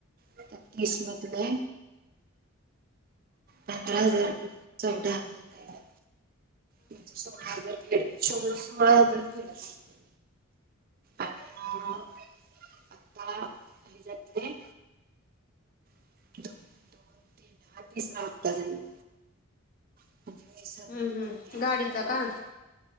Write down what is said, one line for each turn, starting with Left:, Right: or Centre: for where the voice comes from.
Right: त्याहतीस मधले पंधरा हजारपर्यंत चौदा हजार आहे म्हणजे सोळा हजार भेड एवढे सोळा हजार फेडले आणि हा. आता हेच्याातले <inaudible> हा तिसरा हप्ता जाईल. <inaudible>
Left: हम्म हम्म
Right: तीन
Left: गाडीचा
Right: हप्ते म्हणजे
Left: का?